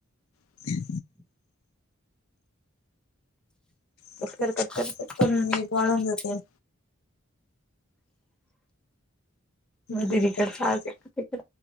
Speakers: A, on the left; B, in the centre.
A: ह पटकन
B: कटकर
A: पटकन
B: कटकर
A: पटकन मिनिट वाढून जातील
B: प वेरी
A: दिदीकडे
B: करता